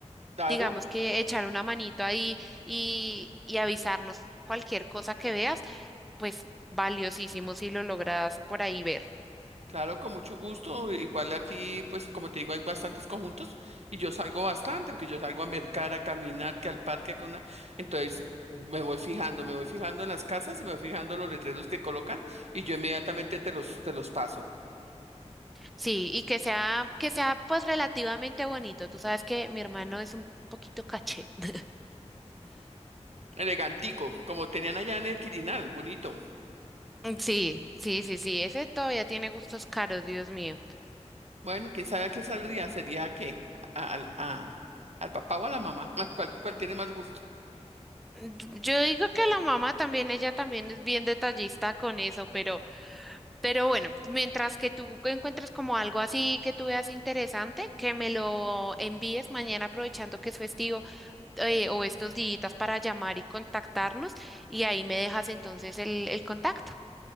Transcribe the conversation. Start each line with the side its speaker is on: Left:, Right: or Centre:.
Right: Claro,
Centre: digamos que echar una manito ahí y, y avisarnos cualquier cosa que veas, pues valiosísimo si lo logras por ahí ver.
Right: Claro, con mucho gusto. Igual aquí, pues como te digo, hay bastantes conjuntos y yo salgo bastante, porque yo salgo a mercar, a caminar, que al parque, que una. Entonces me voy fijando, me voy fijando en las casas y me voy fijando los letreros que colocan y yo inmediatamente te los, te los paso.
Centre: Sí, y que sea, que sea pues relativamente bonito. Tú sabes que mi hermano es un poquito caché. <laughs>
Right: Elegantico, como tenían allá en el Quirinal, bonito.
Centre: Mm, Sí, sí, sí, sí, ese todavía tiene gustos caros, Dios mío.
Right: Bueno, quién sabe a qué saldría, sería que al, a- al papá o a la mamá, <laughs> ¿cuál, cuál tiene más gusto?
Centre: Yo yo digo que la mamá también, ella también es bien detallista con eso, pero Pero bueno, mientras que tú encuentras como algo así que tú veas interesante, que me lo envíes mañana aprovechando que es festivo eh, o estos días para llamar y contactarnos y ahí me dejas entonces el, el contacto.